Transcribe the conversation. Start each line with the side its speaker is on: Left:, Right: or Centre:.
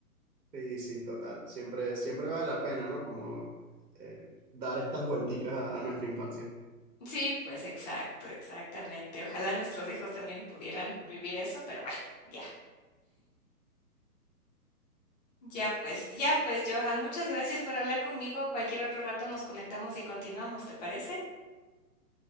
Right: Sí, sí, total. Siempre, siempre vale la pena, ¿no? Como eh, dar estas vuelticas a, a nuestra infancia.
Left: Sí, pues exacto, exactamente. Ojalá nuestros hijos también pudieran vivir eso, pero bueno, ya. Ya pues, ya pues, Johan, muchas gracias por hablar conmigo. Cualquier otro rato nos conectamos y continuamos, ¿te parece?